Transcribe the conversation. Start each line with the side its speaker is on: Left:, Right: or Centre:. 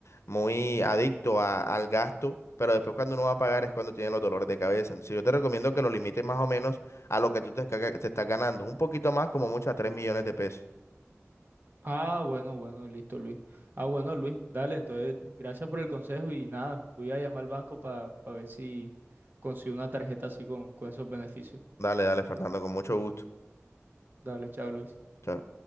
Left: muy adicto a- al gasto, pero después cuando uno va a pagar es cuando tiene los dolores de cabeza. Entonces, yo te recomiendo que lo limites más o menos a lo que tú te, esca- te estás ganando, un poquito más, como mucho a 3 millones de pesos.
Right: Ah, bueno, bueno, listo, Luis. Ah, bueno, Luis, dale, entonces gracias por el consejo y nada, voy a llamar al banco para ver si consigo una tarjeta así con, con esos beneficios.
Left: Dale, dale, Fernando, con mucho gusto.
Right: Dale, chao, Luis.
Left: Chao,